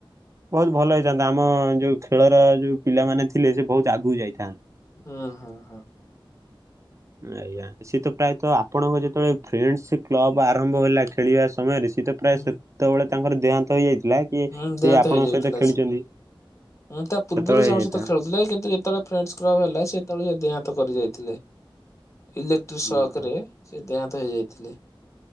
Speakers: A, on the right (about 35°); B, on the left (about 35°).
A: ବହୁତ ଭଲ ହେଇଥାନ୍ତା ଆମ ଯୋଉ ଖେଳର ଯୋଉ ପିଲାମାନେ ଥିଲେ ସେ ବହୁତ ଆଗକୁ ଯାଇଥିଲେ।
B: ଅଁ ହଁ ହଁ ହ।
A: <inaudible> ଆଜ୍ଞା ସିଏ ତ ପ୍ରାୟତଃ ଆପଣଙ୍କ ଯେତେବେଳେ ଫ୍ରେଣ୍ଡସ କ୍ଲବ ଆରମ୍ଭ ହେଲା ଖେଳିବା ସମୟରେ ସେ ତ ପ୍ରାୟ
B: ହୁଁ
A: ସେତେବେଳେ ତାଙ୍କର ଦେହାନ୍ତ ହେଇଯାଇଥିଲା କି
B: ହୁଁ ଦେହାନ୍ତ
A: ସିଏ ଆପଣଙ୍କ
B: ହେଇଯାଇଥିଲା
A: ସହିତ ଖେଳିଛନ୍ତି?
B: ସେ। ମୁଁ ତା ପୂର୍ବରୁ
A: ସେତେବେଳେ
B: ସେ
A: ହେଇଯାଇଥାଏ।
B: ଆମ ସହିତ ଖେଳୁଥିଲେ କିନ୍ତୁ ଯେତେବେଳେ ଫ୍ରେଣ୍ଡସ ପ୍ରର ହେଲା ସେତେବେଳେ ସେ ଦେହାନ୍ତ କରି ଯାଇଥିଲେ ଇଲେକ୍ଟ୍ରି ସକରେ
A: ଓହୋ।
B: ସେ ଦେହାନ୍ତ ନ୍ତ ହେଇ ଯାଇଥିଲେ ।